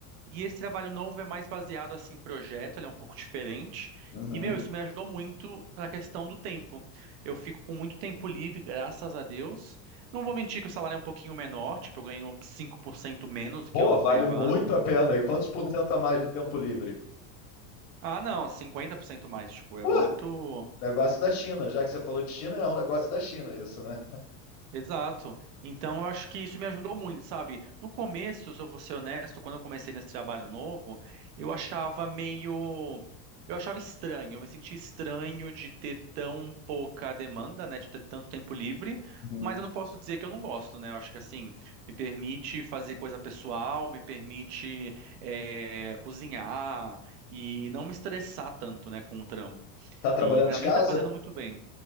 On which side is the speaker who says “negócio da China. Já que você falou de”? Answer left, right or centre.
Left